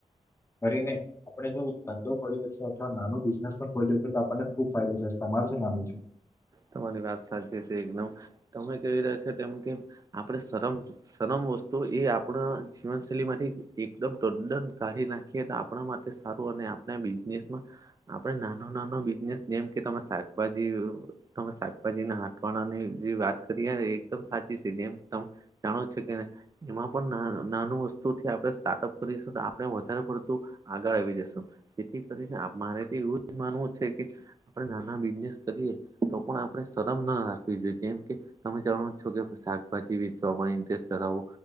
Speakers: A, on the left; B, on the right.
A: કરીને આપણે જો ધંધો ખોલી્યો છે અથવા નાનું બિઝનેસ પણ ખોલી રહ્યું છે. તો આપણને ખુબ ફાયદો છે. તમાર શું માનવું છે?
B: તમારી વાત સાચી છે એકદમ, તમે કેવી રહ્યા છો તેમ કે આપણે શરમ શરમ વસ્તુ એ આપણા જીવનશૈલી માંથી એકદમ ટદન કાઢી નાખ કે તે આપણા માટે સારું અને આપણા બિઝનેસમાં આપડે નાનો નાનો બિઝનેસ જેમ કે તમે શાકભાજી તમે શાકભાજી ના હાટવાણાની જે વાત કરી એકદમ સાચી છે જેમ તમ જાણો છે કેને એમાં પણ નાનું વસ્તુથી આપણે સ્ટાર્ટઅપ કરીશું આપણે વધારે પડતું આગળ આવી જશું જેથી કરીને મારે તો એવું જ માનવું છે કે આપણે નાના બિઝનેસ કરીએ તો પણ આપણે શરમ ના રાખવી જોઈએ જેમ કે તમે જાણો છો કે શાકભાજી વેચવામાં ઇન્ટરેસ્ટ ધરાવો